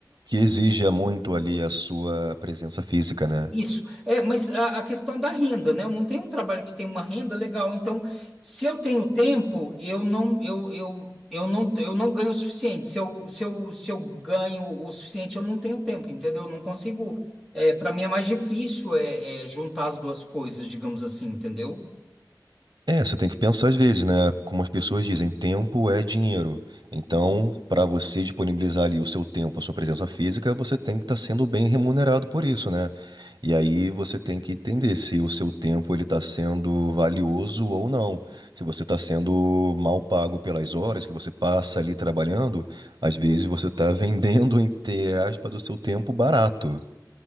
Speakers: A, on the right; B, in the centre.
A: Que exija muito ali a sua presença física, né?
B: Isso. É, mas a, a questão da renda, né? Eu não tenho um trabalho que tem uma renda legal. Então, se eu tenho tempo, eu não, eu, eu, eu não, eu não ganho o suficiente. Se eu, se eu, se eu ganho o suficiente, eu não tenho tempo, entendeu? Eu não consigo. É, para mim é mais difícil é, é juntar as duas coisas, digamos assim, entendeu?
A: É, você tem que pensar às vezes, né? Como as pessoas dizem, tempo é dinheiro. Então, para você disponibilizar ali o seu tempo, a sua presença física, você tem que estar sendo bem remunerado por isso, né? E aí você tem que entender se o seu tempo ele está sendo valioso ou não. Se você está sendo mal pago pelas horas que você passa ali trabalhando, às vezes você está <laughs> vendendo, entre aspas, o seu tempo barato.